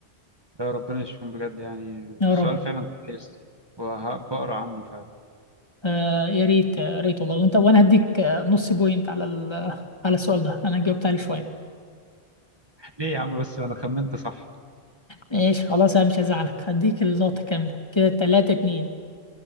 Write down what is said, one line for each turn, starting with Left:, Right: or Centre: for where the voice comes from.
Right: لا ربنا يشفيهم بجد يعني
Left: يا
Right: السؤال
Left: رب
Right: فعلا كويس وهبقرا عنه فعلا
Left: آه يا ريت يا ريت والله وأنت وأنا هديك آه، نص بوينت على ال- على السؤال ده أنا جاوبت عليه شوية
Right: ليه يا عم بس انا خمنت صح
Left: ماشي خلاص أنا مش هزعلك هديك النقطة كاملة كده تلاتة اتنين